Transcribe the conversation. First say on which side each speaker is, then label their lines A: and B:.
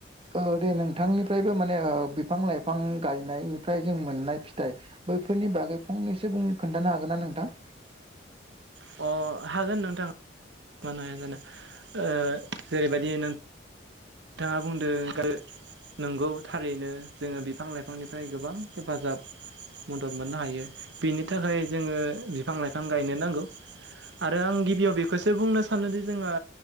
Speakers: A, on the right (about 30°); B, on the right (about 65°).
A: ओ दे नोंथांनिफ्रायबो माने बिफां लाइफां गायनायनिफ्राय जों मोननाय फिथाइ बैफोरनि बागै फंनैसो बुं खोन्थानो हागोन ना नोंथां?
B: अ हागोन नोंथाङा मानो हाया जानोे जेरैबायदि नों थाङा बुंदों नंगौ थारैनो जोङो बिफां लाइफांनिफ्राय गोबां हेफाजाब मदद मोननो हायो बिनि थाखाय जोङो बिफां लाइफां गायनो नांगो आरो आं गिबियाव बेखौसो बुंनो सानोदि जोङो